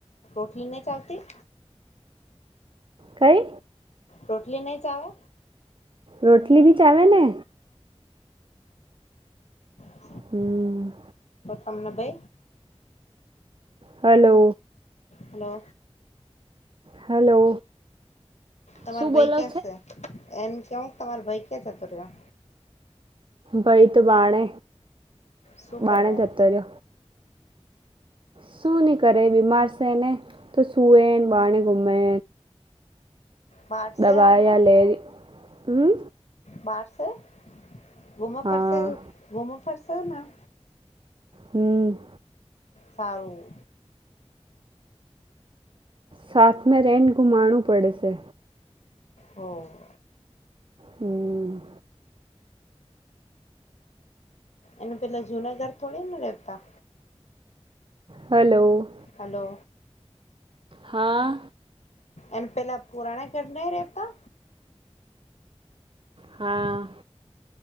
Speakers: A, on the left; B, on the right.
A: ઠલી ન ચાલતી
B: કઈ
A: રોટલી નહી ચ આવે
B: રોટલી બી ચાવેને
A: હ
B: હમ
A: તનબબે
B: હલો
A: હલો
B: હલો
A: તમાર
B: શું
A: ભાઈ
B: બોલો
A: ક્યાં છે એમ કેવું તમાર ભાઈ ક્યાં જતો રહ્યો
B: ભઈ તો બાણે
A: શું કરે
B: બાણે ચતર શું નહી કરે બીમાર છે ને તો સુવે બાણે ગુમે
A: બહાર છે
B: દવા
A: હાલમાં
B: લેરી હ
A: બહાર છે ઘૂમો
B: હા
A: ફરશે ઘૂમો ફરશે ના
B: હમ
A: સારું
B: શાખ મે રેન ગુમાણું પડે સે.
A: ઓહ!
B: હમ
A: એનું પેલા જુનાગઢ થોડીન રેતા
B: હલો
A: હલો
B: હા
A: એન પેલા પુરાણે ઘર નહીં રેતા
B: હા